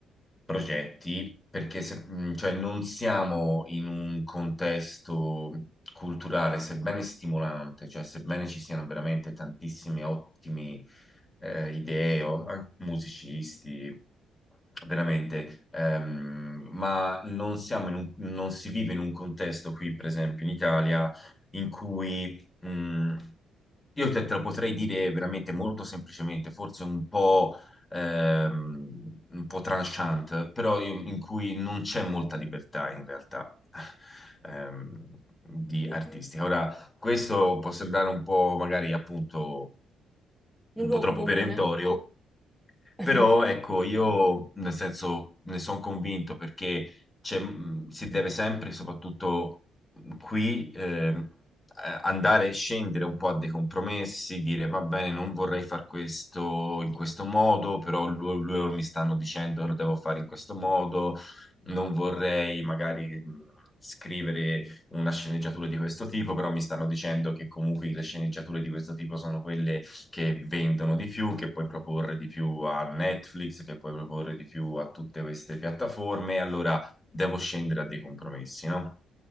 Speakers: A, on the left; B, in the centre.
A: progetti, perché se- mh, cioè, non siamo in un contesto culturale, sebbene stimolante, cioè sebbene ci siano veramente tantissime ottime eh, idee, o- an- musicisti, veramente, ehm, ma non siamo in un- non si vive in un contesto qui, per esempio, in Italia in cui Mm, io te, te lo potrei dire veramente molto semplicemente, forse un po', ehm, un po' tranchant, però in, in cui non c'è molta libertà in realtà <laughs> ehm, di
B: Eh,
A: artistica. Ora, questo può sembrare un po' magari appunto
B: Un
A: un
B: luogo
A: po' troppo
B: comune.
A: perentorio,
B: <laughs>
A: però ecco, io nel senso ne sono convinto perché c'è- mh, si deve sempre, soprattutto qui, ehm, eh, andare e scendere un po' a dei compromessi, dire va bene, non vorrei far questo in questo modo, però loro, loro mi stanno dicendo che lo devo fare in questo modo, non vorrei magari mh, scrivere una sceneggiatura di questo tipo, però mi stanno dicendo che comunque le sceneggiature di questo tipo sono quelle che vendono di più, che puoi proporre di più a Netflix, che puoi proporre di più a tutte queste piattaforme, allora devo scendere a dei compromessi, no?